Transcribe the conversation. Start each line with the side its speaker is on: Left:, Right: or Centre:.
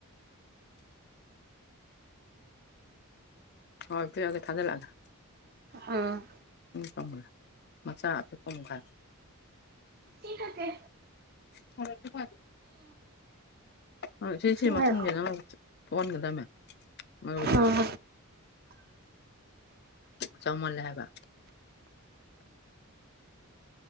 Left: ꯍꯣꯏ ꯄꯤꯔꯑꯒ ꯊꯥꯖꯤꯜꯂꯛꯑꯒ
Right: ꯎꯝ
Left: ꯀ ꯃꯆꯥꯆꯥ ꯑꯗꯨ ꯀꯝꯒꯥꯜ
Right: ꯊꯁꯦ
Left: ꯐꯔ ꯑꯗꯨ ꯐꯔꯦꯦ ꯑ ꯁꯤ
Right: ꯏꯁꯤꯡ
Left: ꯁꯤꯃꯥ
Right: ꯍꯩꯔꯛꯑꯣ
Left: ꯊꯣꯡꯒꯦꯅ ꯊꯣꯟꯒꯦꯗꯥꯃꯦ ꯃꯗ
Right: ꯎꯝ
Left: ꯆꯃꯜꯂ ꯍꯕ